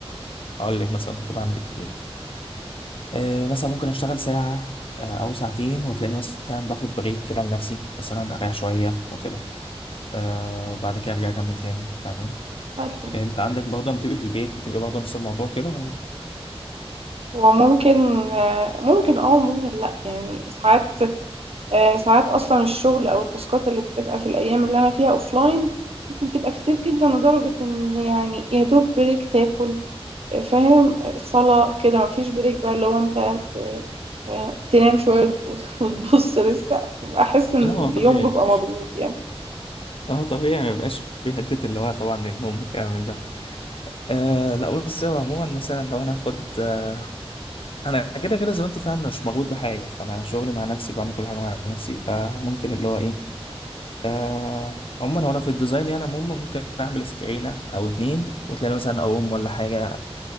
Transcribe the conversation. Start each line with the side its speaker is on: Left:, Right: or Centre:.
Left: هقول لك مثلا كنت بعمل ايه آه، مثلا ممكن اشتغل ساعه آه، او ساعتين وتلاقيني مثلا باخد بريك كده لنفسي مثلا اريح شويه وكده آه، وبعد كده ارجع اكمل تاني فاهماني
Right: حلو
Left: انت عندك برضه لما بتبقى في البيت بتبقى برضه نفس الموضوع كده ولا
Right: وممكن آه، ممكن اه ممكن لا يعني ساعات آه، ساعات اصلا الشغل او التاسكات اللي بتبقى في الايام اللي انا فيها اوفلاين ممكن تبقى كتير جدا لدرجة ان يعني يا دوب بريك تاكل آه، فاهم آه، صلاة كده مفيش بريك بقى لو انت ت- ت- تنام شوية وت- <laughs> وتبص للسقف بحس ان
Left: لا هو
Right: اليوم
Left: طبيعي
Right: بيبقى مضغوط يعني
Left: هو طبيعي ما يبقاش في حتة اللي هو طبعا النوم والكلام من ده آه لا بص هو عموما مثلا لو انا هاخد آه، انا كده كده زي ما انت فاهم انا مش مربوط بحاجة فانا شغلي مع نفسي بعمل كل حاجة مع نفسي فممكن اللي هو ايه آه عموما هو انا في الديزاين يعني عموما ممكن اعمل سكرينة او اتنين وتلاقي مثلا اقوم ولا حاجة